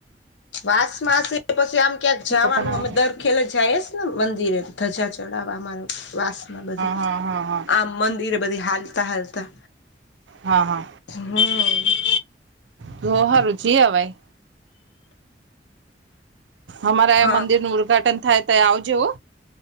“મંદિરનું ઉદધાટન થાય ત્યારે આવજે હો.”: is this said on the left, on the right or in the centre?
Right